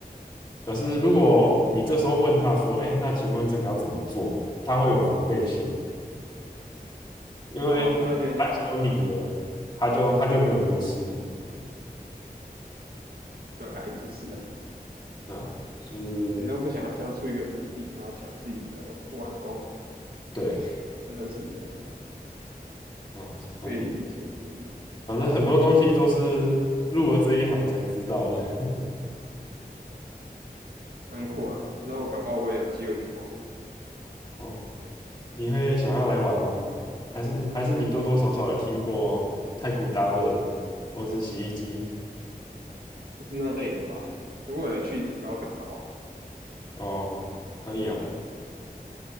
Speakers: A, on the left; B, on the right.
A: 可是如果你这时候问他说：“哎，那请问这个要怎么做？”他会有防备心，因为
B: 哦，他会觉得你要抢他饭碗，
A: 他只有你了，他就他就没有优势了，
B: 对啊，也是啊，
A: 对啊，就是
B: 谁都不想要交出一个土地，然后抢自己的碗工，
A: 对
B: 真的是这样，
A: 啊，
B: 可以理解，
A: 反
B: 可以理解
A: 反正很多东西都是入了这一行才知道的。<laughs>
B: 蛮酷啊。
A: 哦，
B: 之后搞不好我也有机会去逛，
A: 哦你会想要来玩吗？还是还是你多多少少有听过太古达人或是洗衣机？
B: 就是那类的吧。如果有去高雄的话，
A: 哦，可以啊。
B: 如果有去高雄，